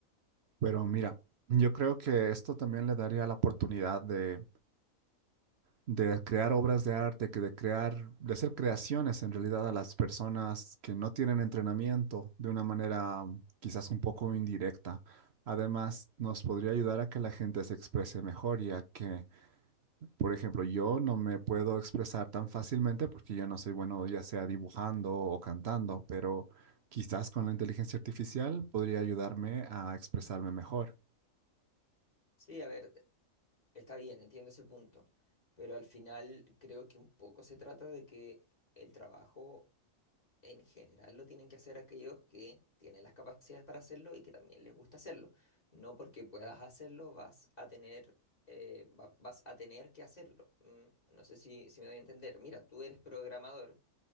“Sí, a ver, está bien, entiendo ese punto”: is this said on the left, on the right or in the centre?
Left